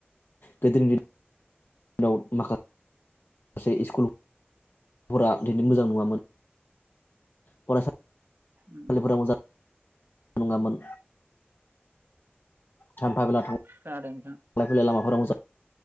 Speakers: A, on the left (about 60°); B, on the right (about 65°).
A: गोदोनि दिन-दिनाव। माखासे माखासे स्कुलफोरा बिदिनो मोजां नङामोन। फरायसालिफोरा
B: उम
A: मोजां नङामोन। थामफा बेला थां थांल
B: खोनादों नोंथां
A: फैलाय लामाफोराव।